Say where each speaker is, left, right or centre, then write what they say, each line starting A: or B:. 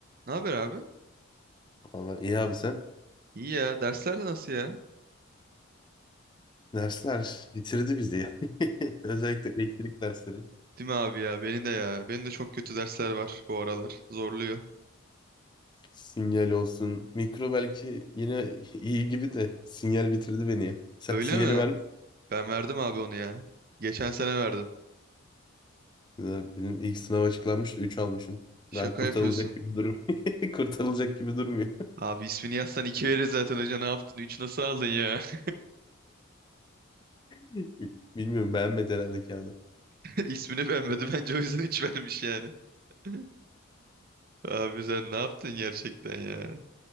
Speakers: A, on the right (about 45°); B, on the left (about 20°).
A: Ne haber abi?
B: Valla iyi abi sen.
A: İyi ya. Dersler de nasıl ya?
B: Dersler bitirdi bizi ya. <laughs> Özellikle elektrik dersleri.
A: Değil mi abi ya? Benim de ya. Benim de çok kötü dersler var bu aralar. Zorluyor.
B: Sinyal olsun. Mikro belki yine iyi gibi de sinyal bitirdi beni ya. Sen
A: Öyle
B: sinyali
A: mi?
B: vermişsin.
A: Ben verdim abi onu ya. Geçen sene verdim.
B: Ya Benim ilk sınav açıklanmıştı. üç almışım.
A: Şaka
B: Daha kurtarılacak
A: yapıyorsun.
B: gibi durum. <laughs> Kurtarılacak gibi durmuyor.
A: Abi ismini yazsan iki verir zaten hoca. Ne yaptın? Üç nasıl aldın ya? <laughs>
B: <laughs> Bilmiyorum beğenmedi herhalde kağıdı.
A: İsmini beğenmedi. Bence o yüzden üç vermiş yani. <laughs> Abi sen ne yaptın gerçekten ya?